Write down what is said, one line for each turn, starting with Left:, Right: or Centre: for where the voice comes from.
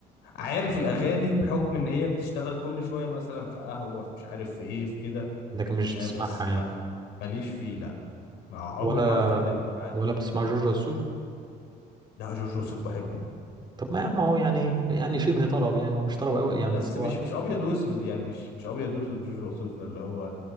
Left: عارف الاغاني بحكم ان هي بتشتغل كل شوية مثلا في قهوة في مش عارف في ايه في كده
Right: لكن مش تسمعها
Left: آه، بس
Right: يعني
Left: ما ماليش فيه لا ما عمري
Right: ولا
Left: ما عرفت اندمج معاه بصراحة.
Right: ولا بتسمع جورج وسوف
Left: لا جورج وسوف بحبه
Right: طب ما يا عم هو يعني يعني شبه طرب يعني هو مش طرب قوي يعني
Left: بس
Right: بس هو
Left: مش مش ابيض واسود يعني مش مش ابيض واسود جورج وسوف ده اللي هو